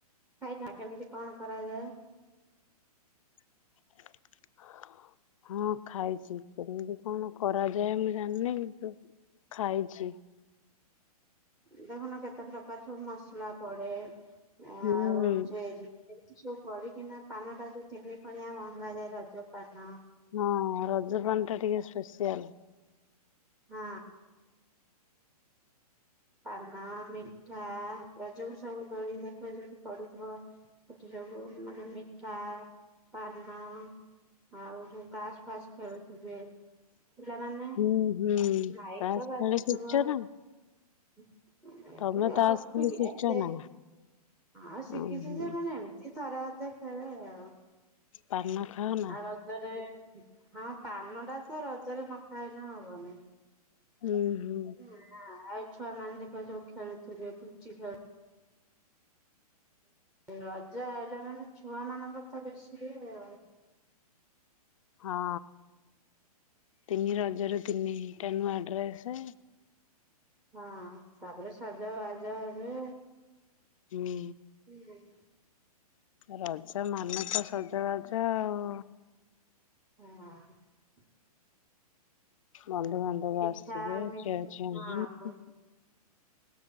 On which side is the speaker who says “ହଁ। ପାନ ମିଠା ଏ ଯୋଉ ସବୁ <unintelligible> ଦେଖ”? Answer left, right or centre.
Centre